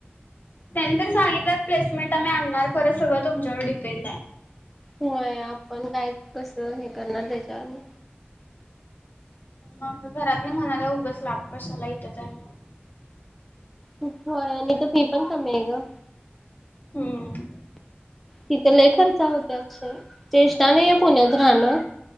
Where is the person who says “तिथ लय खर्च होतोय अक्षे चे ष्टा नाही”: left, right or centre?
Centre